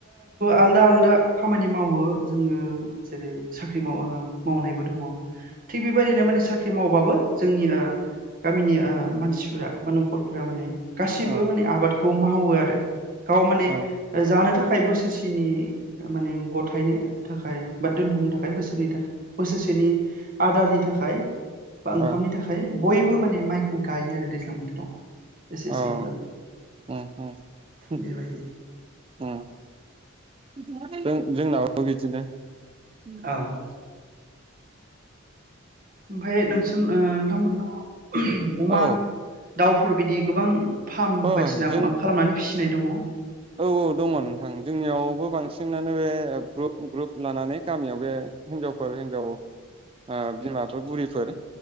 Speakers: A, on the right; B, on the right.
A: आलदा आलदा खामानि मावो जोङो जेरै साख्रि फाख्रि माव मावनायबो दङ। थिग बेबायदिनो मान साख्रि मावो। अबाबबो जोंनि गामिनि मानसिफोरा बा न'खरफोरा माने गाससिबो
B: औ
A: माने आबादखौ मावो। आरो गाव माने
B: औ
A: जानो थाखाय फाइभ बोसोरसेनि माने गथायनो थाखाय बा दोन्थ' फाइभ बोसोरनि थाखाय बोसोरसेनि आदारनि थाखाय
B: औ
A: बा ओंखामनि थाखाय बयबो माने माइखौ गायो आरो दैज्लां बोथोराव
B: अ
A: एसे एसेब्लाबो
B: ओम ओम ओम
A: बेबायदि
B: जों जोंनाव <unintelligible> ओम <unintelligible>
A: औ ओमफाय नोंसोन ओ नोंथांमोननाव अमा
B: औ
A: दाउफोर बिदि गोबां फार्म
B: अ
A: बायदिसिना
B: जों
A: खालामनानै फिसि फिनाय दङ
B: औ औ दङ नोंथां जोंनियावबो बांसिनानो बे ग्रुप ग्रुप लानानै गामियाव बे हिनजावफोर हिनजाव ओ बिमाफोर बुरिफोर